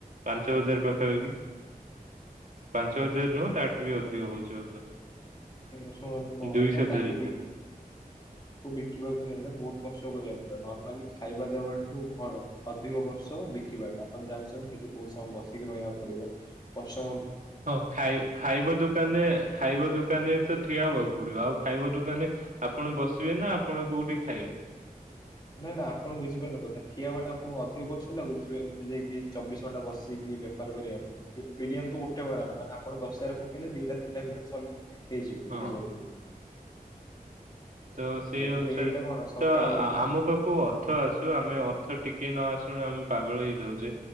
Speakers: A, on the right; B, on the left.
A: ପାଞ୍ଚ ହଜାର
B: ହଁ
A: ପାଖାପାଖି କିି ପାଞ୍ଚ ହଜାର ନୁହଁ ତାଠୁ ବି ଅ ଅଧିକ ହଉଛି ବୋଧେ।
B: ଏ ଶୁଣନ୍ତୁ ମୋ
A: ଦୁଇଶହ
B: କଥା ତାକୁ
A: ଧରି
B: ବି
A: ଧରି
B: ବିକିବାକୁ ହେଲେ ବହୁତ କଷ୍ଟ କରିବା ପ ନର୍ମାଲି ଖାଇବା ଦେବାଠୁ ଅଧିକ ବର୍ଷ ବିକିବାଟା ଆପଣ ଜାଣିଛନ୍ତି ସେଠି ବହୁତ ସମୟ ବସି ରହିବାକୁ ପଡିବ କଷ୍ଟ
A: ହଁ ଖାଇ ଖାଇବା ଦୋକାନରେ ଖାଇବା ଦୋକା ଦୋକାନ ରେ ତ ଠିଆ ହେବାକୁ ପଡିବ ଆଉ ଖାଇବ ଦୋକାନରେ ଆପଣ ବସିବେ ନା ଆପଣ କୋଉଠି ଖାଇବେ?
B: ନାଇଁ ନା ଆପଣ <unintelligible> ବୁଝିପାରୁନ କଥା ଠିଆ ହବା ଟା ଆପଣଙ୍କୁ ଅଧିକ କଷ୍ଟ ଲାଗୁଚି ଏମିତି ଯାଇକି ଚବିଶ ଘଣ୍ଟା ବସିକି ବେପାର କରିବା ବିରିୟାନୀ ତ ଗୋଟେ ଵେଳାର ମାନେ ଆପଣ ଦଶଟାରେ ପକେଇଲେ ଦିଟା ତିନିଟା ଭିତରେ ସରିଲା ହେଇଯିବ <unintelligible> ବିଝ
A: ହଁ।
B: ପାରୁଛନ୍ତି।
A: ତ ସେଇ
B: କିନ୍ତୁ
A: ଅନୁସାରେ
B: ଏଇଟା କଣ ସକାଳୁ
A: ତ ଆମ ପାଖ ଖୁବ ଅର୍ଥ ଆସୁ ଆମେ ଅର୍ଥ ଟିକେ ନ ଆସୁୁ ଆମେ ପାଗଳ ହେଇଯାଉଛେ।